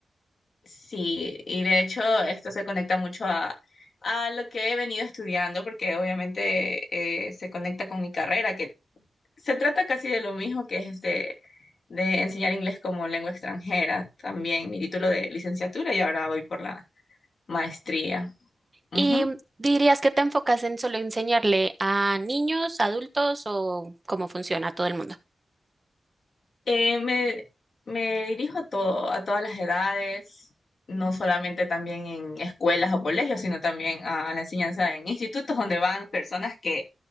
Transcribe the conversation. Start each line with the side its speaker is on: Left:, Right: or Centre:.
Left: Sí, y de hecho esto se conecta mucho a, a lo que he venido estudiando, porque obviamente eh, se conecta con mi carrera, que se trata casi de lo mismo que es de, de enseñar inglés como lengua extranjera, también mi título de licenciatura y ahora voy por la maestría. Ujú.
Right: ¿Y dirías que te enfocas en solo enseñarle a niños, adultos o cómo funciona a todo el mundo?
Left: Eh, me, me dirijo a todo, a todas las edades, no solamente también en escuelas o colegios, sino también a la enseñanza en institutos donde van personas que